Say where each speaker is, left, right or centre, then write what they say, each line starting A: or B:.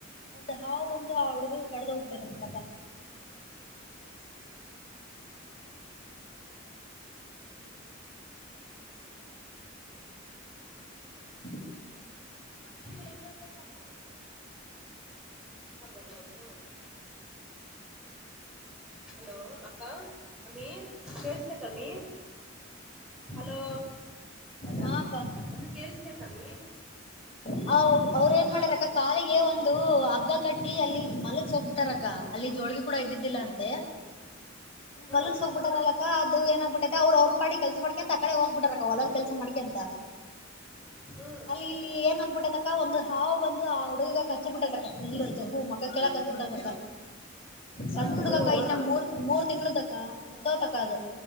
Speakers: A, on the left; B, in the centre.
A: ಒಂದು ಹಾವು ಬಂದು ಆ ಹುಡುಗಗ ಕಡ್ದ ಹೋಗ್ಬಿಟ್ಟದ ಅಕ್ಕಾ. <inaudible>
B: ಅಡಿಗೆ ಹೆಂಗಪ್ಪ ಪಾಪ ಅವರ ಬರಬಹುದು. ಹಲೋ ಅಕ್ಕ ಅಮ್ಮಿ ಕೆಳಸ್ತತಿ ಅಮ್ಮಿ. ಹಲೋ
A: ಹಾ ಅಕ್ಕ
B: ಅದು ಕೇಳಸಬೇಕು ಅಮ್ಮಿ.
A: ಹ ಅವ್ರ ಏನ್ ಮಾಡಾರಕ್ಕ ತಾಳಿಗ. ಗೆ ಒಂದು ಹಗ್ಗ ಕಟ್ಟಿ ಅಲ್ಲಿ ಮಲಗಸ ಹೊಗಬಿಟಾರಕ್ಕ ಅಲ್ಲಿ ಜೋಳಗಿ ಕೂಡ ಇದ್ದಿದ್ದಿಲ್ಲ ಅಂತೆ. ಹಂಗ್
B: ಹ್ಮ್
A: <unintelligible> ಹೋಗ್ಬಿಟ್ಟಾರ ಅಲಕ್ಕ ಅದು ಏನಾಗ ಬಿಟ್ಟೈತೆ ಅವ್ರ ಅವ್ರ ಪಾಡಿಗಿ ಕೆಲ್ಸ ಮಾಡ್ಕಂತ. ಕಡೆ ಹೋಗ್ಬಿಟಾರಕ್ಕ ಹೊಲ ಕೆಲ್ಸ ಮಾಡ್ಕೆ ಅಂತ.
B: ಹ್ಮ್
A: ಅಲ್ಲಿ ಇಲ್ಲಿ ಏನ್ ಆಗ್ಬಿಟ್ಟೈತಕ್ಕ ಒಂದು ಹಾವು ಬಂದು ಆ ಹುಡುಗ ಕಚ್ಚಿ ಬಿಟ್ಟೈತಕ್ಕ ಫುಲ್ ಜಬ್ಬು ಮ ಕ್ಕೆ ಕೇಳಾಕತೀಬಿಟ್ಟದ ಅಕ್ಕ. ಸಣ್ಣ ಹುಡ್ಗಕ್ಕ
B: ಹ್ಮ್
A: ಇನ್ನ
B: ಹ್ಮ್
A: ಮೂರ್ ಮೂರ್ ತಿಂಗಳ್ದಕ್ಕ ಸತಹೋತಕ್ಕ ಅದು.